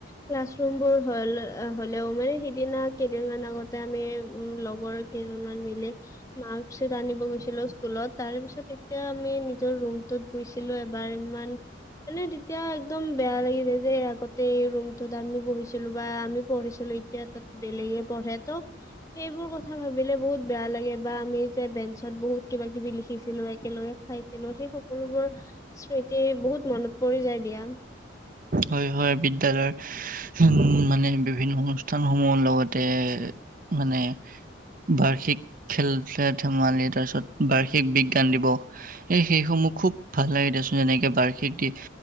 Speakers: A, on the left; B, on the right.
A: ক্লাছৰুম বোৰ হ'ল আ' হ'লেও মানে সিদিনা কেইদিনমান আগতে আমি উমঁ' লগৰ কেইজনমান মিলি মাৰ্কশ্বিট আনিব গৈ ছিলোঁ স্কুলত। তাৰে পিছত এতিয়া আমি নিজৰ ৰুমটোত গৈছিলোঁ এবাৰ, ইমান মানে তেতিয়া একদম বেয়া লাগি যায় যে আগতে এই ৰুমটোত আমি বহিছিলোঁ বা আমি পঢ়িছিলোঁ। এ এতিয়া তাত বেলেগে পঢ়ে ত' সেইবোৰ কথা ভাবিলে বহুত বেয়া লাগে বা আমি যে বেঞ্চ ত বহু কিবা কিবি লি খিছিলো, একেলগে খাইছিলো সেই সকলোবোৰ স্মৃতি বহুত মনত পৰি যায় দিয়া।
B: হয় হয় বিদ্যালয়ৰ হম মানে বিভিন্ন অনুষ্ঠান সমূহৰ লগতে মানে বাৰ্ষিক খেল তে ধেমালি তাৰপিছত বাৰ্ষিক বিজ্ঞান দিৱস। এই সেইসমূহ খুব ভাল লাগে দেচোন এনেকে বাৰ্ষিক দে